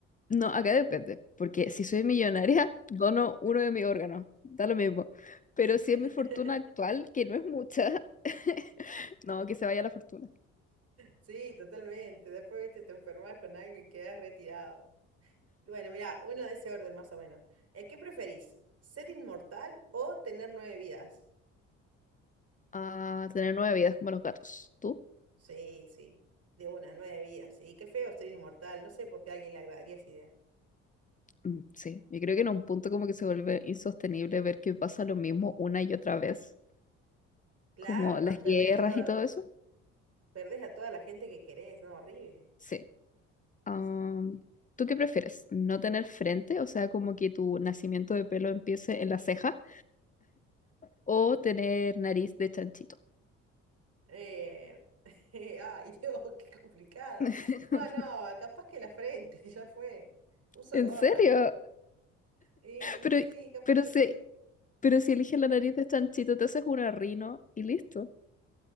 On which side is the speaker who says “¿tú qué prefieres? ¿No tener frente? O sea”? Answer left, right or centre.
Left